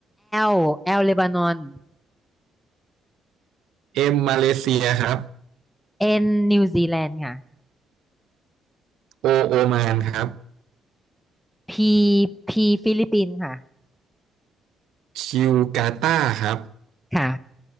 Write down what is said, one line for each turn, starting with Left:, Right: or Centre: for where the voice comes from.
Centre: L L เลบานอน
Right: M มาเลเซียครับ
Centre: N นิวซีแลนด์ค่ะ
Right: โอโอมานครับ
Centre: P P ฟิลิปปินส์ค่ะ
Right: คิวกาตาร์ครับ
Centre: ค่ะ